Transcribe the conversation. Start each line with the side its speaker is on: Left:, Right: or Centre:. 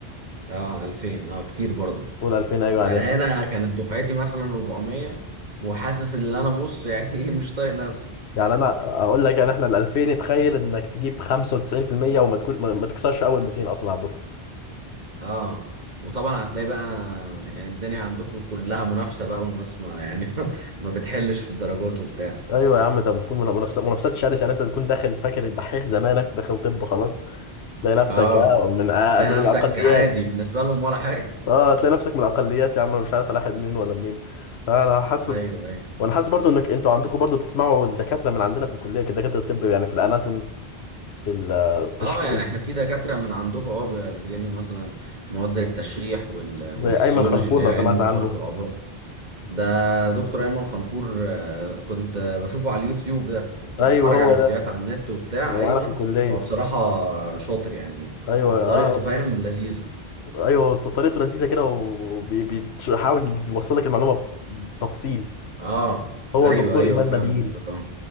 Right: اه 2000 اه كتير برضو
Left: فوق ال 2000 ايوه
Right: ده
Left: يعني
Right: انا هنا كانت دفعتي مثلا 400 وحاسس ان انا بص يعني <laughs> ايه، مش طايق نفسي
Left: يعني انا اقول لك يعني احنا ال 2000 تخيل انك تجيب 95% وما تكون ما ما تكسرش اول 200 اصلا على الدفعه
Right: اه وطبعا هتلاقي بقى يعني الدنيا عندكم كلها منافسة بقى والناس ما يعني <laughs> ما بتحلش في الدرجات وبتاع
Left: ايوه يا عم ده بتكون من- منافسه منافسات شرسه يعني انت تكون داخل فاكر الدحيح زمانك داخل طب خلاص تلاقي نفسك
Right: اه
Left: آه، من آه،
Right: تلاقي
Left: من
Right: نفسك
Left: الاقليات
Right: عادي بالنسبة لهم ولا حاجة
Left: اه هتلاقي نفسك من الاقليات يا عم انا مش عارف الاحق منين ولا منين آه، انا حاسس
Right: ايوه
Left: ب-
Right: ايوه
Left: وانا حاسس برضو انك انتوا عندكم برضو بتسمعوا الدكاتره من عندنا في الكليه كدكاتره الطب يعني في الاناتومي في التشريح
Right: اه يعني احنا في دكاترة من عندكم اه ب- بتجيلنا مثلا مواد زي التشريح وال...
Left: زي
Right: والفسيولوجي
Left: ايمن خلفول
Right: اللي هي
Left: لو سمعت
Right: علم
Left: عنه
Right: وظائف الأعضاء ده دكتور ايمن خنفور آه، كنت بشوفه على اليوتيوب ده كنت
Left: ايوه
Right: بتفرج
Left: هو
Right: على فيديوهات
Left: ده
Right: على النت وبتاع
Left: ده
Right: ايوه
Left: معانا في الكليه
Right: هو بصراحة شاطر يعني
Left: ايوه
Right: وطريقته
Left: اه
Right: فاهم لذيذة
Left: ايوه طريقته لذيذه كده وبيحاول يوصل لك المعلومه بتفصيل
Right: اه
Left: هو
Right: ايوه
Left: دكتور
Right: ايوه
Left: ايمان
Right: فاهم
Left: نبيل
Right: قصدك اه